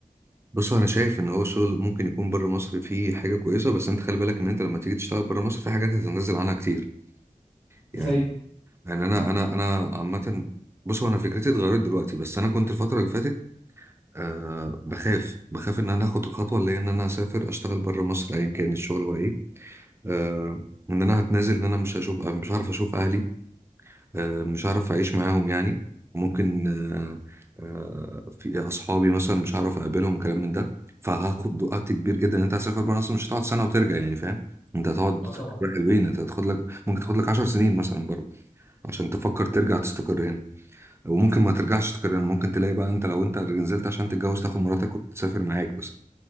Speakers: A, on the right; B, on the left.
A: بص انا شايف ان هو شغل ممكن يكون بره مصر فيه حاجه كويسه بس انت خلي بالك ان انت لما تيجي تشتغل بره مصر في حاجات هتنزل عنها كتير يعني
B: زي
A: يعني انا انا انا عامه بص هو انا فكرتي اتغيرت دلوقتي بس انا كنت الفتره اللي فاتت آه بخاف بخاف ان انا اخد الخطوه اللي هي ان انا اسافر اشتغل بره مصر ايا كان الشغل هو ايه آه ان انا هتنازل ان انا مش هشوف مش هعرف اشوف اهلي آه، مش عارف اعيش معاهم يعني وممكن آه، آه، في اصحابي مثلا مش عارف اقابلهم كلام من ده فهاخد وقت كبير جدا ان انت هتسافر بره اصلا مش هتقعد سنه وترجع يعني فاهم انت هتقعد
B: اه طبعا
A: حلوين انت هتاخد لك ممكن تاخد لك 10 سنين مثلا بره عشان تفكر ترجع تستقر هنا وممكن ما ترجعش تستقر هنا ممكن تلاقي بقى انت لو انت نزلت عشان تتجوز تاخد مراتك وتسافر معاك بس